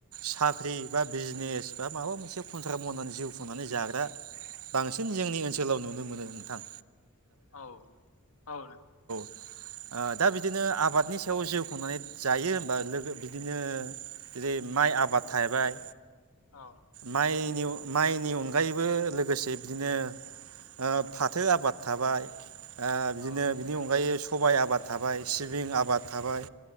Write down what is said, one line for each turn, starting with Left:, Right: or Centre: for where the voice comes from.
Right: साख्रि बा बिजनेस बा माबा मोनसे खन्थ्रा मनानै जिउ खुंनानै जाग्रा बांसिन जोंनि ओनसोलाव नुनो मोनो नोंथां
Left: औनो औनो।
Right: ओ दा बिदिनो आबादनि सायाव जिउ खुंनानै जायो होनबा लोगो बिदिनो
Left: औ
Right: जेरै माइ आबाद थाहैबाय
Left: औ
Right: माइ नि माइनि अनगायैबो लोगोसे बिदिनो ओ फाथो आबाद थाबाय ओ बिदिनो
Left: औ
Right: बिनि अनगायै स सबाय आबाद थाबाय सिबिं आबाद थाबाय